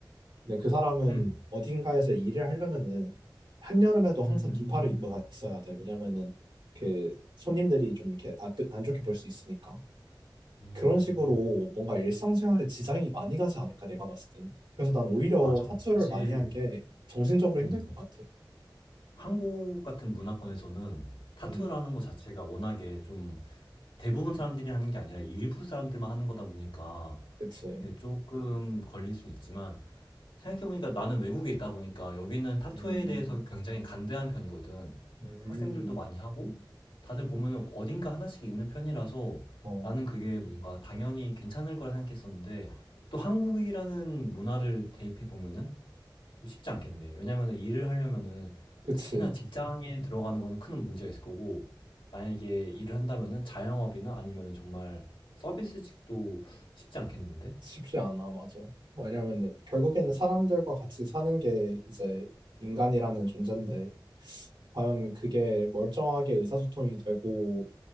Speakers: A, on the right; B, on the left.
A: 근데 그 사람은
B: 음,
A: 어딘가에서 일을 하려면은 한여름에도
B: 음,
A: 항상 긴팔을 입고 다- 있어야 돼. 왜냐면은 그 손님들이 좀 이렇게 아- 안 좋게 볼 수 있으니까.
B: 음,
A: 그런 식으로 뭔가 일상생활에 지장이 많이 가지 않을까 내가 봤을 땐. 그래서 난 오히려
B: 맞아.
A: 타투를
B: 사실,
A: 많이 한 게 정신적으로 힘들
B: 음,
A: 것 같아.
B: 한국 같은 문화권에서는 타투라는
A: 음.
B: 것 자체가 워낙에 좀 대부분 사람들이 하는 게 아니라 일부 사람들만 하는 거다 보니까
A: 그치.
B: 그게 조금 걸릴 수 있지만 생각해보니까 나는 외국에 있다 보니까 여기는 타투에
A: 음,
B: 대해서 굉장히 간대한 편이거든.
A: 음,
B: 학생들도 많이 하고, 다들 보면은 어딘가 하나씩 있는 편이라서
A: 어,
B: 나는 그게 뭔가 당연히 괜찮을 거라 생각했었는데, 또 한국이라는 문화를 대입해 보면은 쉽지 않겠네. 왜냐면은 일을 하려면은
A: 그치.
B: 특히나 직장에 들어가는 거는 큰 문제가 있을 거고, 만약에 일을 한다면은 자영업이나 아니면은 정말 서비스직도 쉽지 않겠는데?
A: 쉽지 않아, 맞아. 왜냐면 결국에는 사람들과 같이 사는 게 이제 인간이라는 존재인데, 과연 그게 멀쩡하게 의사소통이 되고,